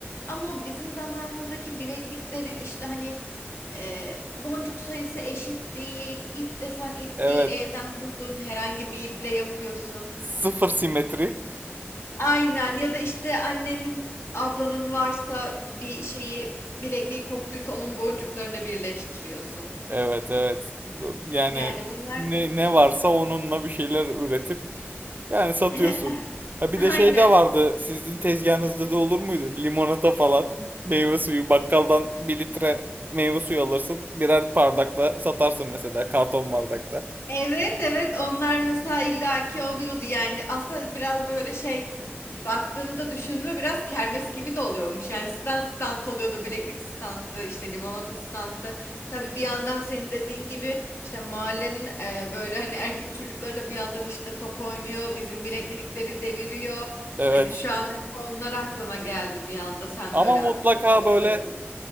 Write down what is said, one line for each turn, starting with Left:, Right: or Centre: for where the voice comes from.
Left: Ama bizim zamanımızdaki bilekliklerin işte hani e, boncuk sayısı eşit değil, ip desen ip
Right: Evet.
Left: değil, evden bulduğun herhangi bir iple yapıyorsun.
Right: Sıfır simetri.
Left: Aynen ya da işte annenin, ablanın varsa bir şeyi bilekliği koptuysa onun boncuklarını birleştiriyorsun.
Right: Evet evet. Bu- Yani
Left: Yani bunlar
Right: ne,
Left: da...
Right: ne varsa onunla bir şeyler üretip Yani satıyorsun.
Left: <laughs>
Right: Ha bir
Left: Aynen.
Right: de şey de vardı. Sizin tezgahınızda da olur muydu? Limonata falan. Meyve suyu. Bakkaldan bir litre meyve suyu alırsın. Birer bardakla satarsın mesela. Karton bardakta.
Left: Evet evet onlar mesela illaki oluyordu yani aslında biraz böyle şey baktığımda düşünme biraz kermes gibi de oluyormuş yani stand stand oluyordu bileklik standı işte limonata standı tabii bir yandan senin dediğin gibi işte mahallenin e, böyle hani erkek çocukları da bir yandan işte top oynuyor bizim bileklikleri deviriyor
Right: Evet.
Left: hani şu an mesela onlar aklıma geldi bir anda sen
Right: Ama
Left: böyle
Right: mutlaka
Left: an- onu da
Right: böyle
Left: söyledin.